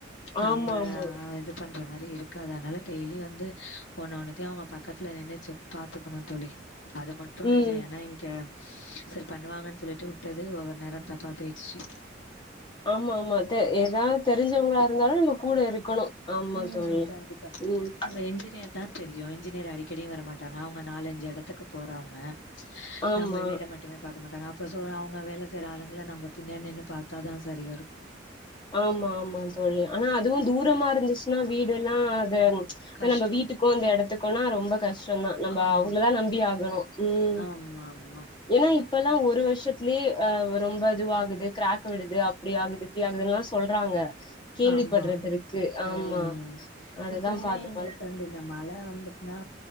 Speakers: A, on the left; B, on the left.
A: நம்ம
B: ஆமா ஆமா
A: இது பண்ற மாரி இருக்காது அனால டெய்லி வந்து ஒன்னு ஒன்னத்தையும் அவங்க பக்கத்தில நின்னு செக் பாத்துக்கணு தோழி அது மட்டு
B: ம்
A: நெஜம் ஏனா இங்க செரி பண்ணுவாங்கன்னு சொல்லிட்டு வுட்டது ஒவ்வொரு நேரம் தப்பா போயிடுச்சு
B: ஆமா ஆமா தெ ஏதாவது தெரிஞ்சவங்களா இருந்தாலு நம்ம கூட இருக்கணு ஆமா
A: உம்
B: தோழி
A: கண்டிப்பா
B: ம்
A: நம்ம என்ஜினியர் தான் தெரியு இன்ஜினியர் அடிக்கடியு வர மாட்டாங்க அவங்க நாலஞ்சு எடத்துக்கு போறாவங்க ம்ச்
B: ஆமா
A: நம்ப வீட மட்டுமே பாக்க மாட்டாங்க அப் இப்ப சொல்ற அவங்க வேல செய்யிற ஆளுங்கள நம்ப பின்னாடி நின்னு பாத்தா தா சரி வரு
B: ஆமா ஆமாங் தோழி அனா அதுவு தூரமா இருந்துச்சுன்னா வீடுலா அதும் ம்ச்
A: கஷ்டோ
B: அ நம்ப வீட்டுக்கு இந்த எடத்துக்குனா ரொம்ப கஷ்டோதா நம்ப
A: ஆமா
B: அவங்களதா நம்பி ஆகணு ம்
A: ஆமா ஆமா
B: ஏன்னா இப்பல்லா ஒரு வருஷத்துலேயே அ ஒரு ரொம்ப இதுவாகுது கிராக் விடுது அப்டி ஆகுது இப்டி ஆகுது எல்லா சொல்றாங்க கேள்வி
A: ஆமா.
B: படுறது இருக்கு ஆமா
A: ம்.
B: அததா
A: இப்பயுமே
B: பாத்து
A: எங்களுக்கு
B: பாத்
A: வந்து இந்த மழ வந்துட்னா